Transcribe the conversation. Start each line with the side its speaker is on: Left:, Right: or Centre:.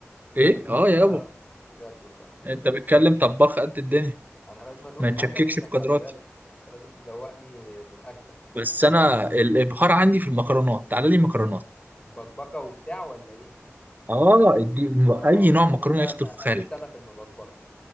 Right: ايه اه يابا
Left: تعرف بجد والله
Right: انت بتتكلم طباخ قد الدنيا
Left: انا لازم ادوق
Right: ما
Left: حاجه
Right: تشككش
Left: منك
Right: في قدراتي
Left: خلي بالك انت لازم تدوقني من اكلك
Right: بس انا الابهار عندي في المكرونات تعالى لي مكرونات
Left: مبكبكه وبتاع ولا ايه
Right: اه دي م-
Left: اه
Right: اي نوع
Left: اموت
Right: مكرونه
Left: انا
Right: يخطر في خيالك
Left: اموت انا في المبكبكه